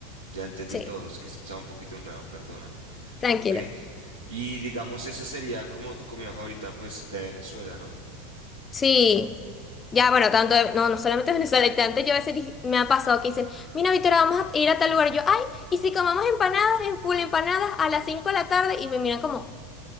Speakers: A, on the right; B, on the left.
A: ya entendí
B: Sí,
A: todo, es que estaba un poquito enredado, perdóname.
B: tranquilo.
A: Ok, y digamos esa sería como tu comida favorita, pues, de Venezuela, ¿no?
B: Sí. Ya, bueno, tanto, no, no solamente <laughs> Venezuela, tanto yo a veces di- me ha pasado que dicen, mira, Victoria, vamos a ir a tal lugar. Y yo, ay, ¿y si comamos empanadas en full empanadas a las 5 de la tarde? Y me miran como...